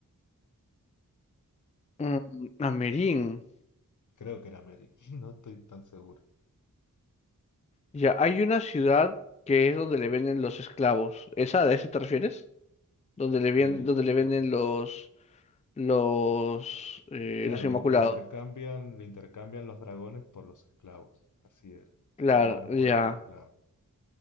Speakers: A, on the left (about 20°); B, on the left (about 60°).
A: Mm, Amerin.
B: Creo que era Meereen, <laughs> no estoy tan seguro.
A: Ya, hay una ciudad que es donde le venden los esclavos. ¿Esa, a esa te refieres? Donde le, vien-
B: Eh,
A: donde le venden los, los, eh,
B: claro,
A: los inmaculados.
B: le, le intercambian, le intercambian los dragones por los esclavos, así era,
A: Claro,
B: un dragón
A: ya,
B: por los esclavos.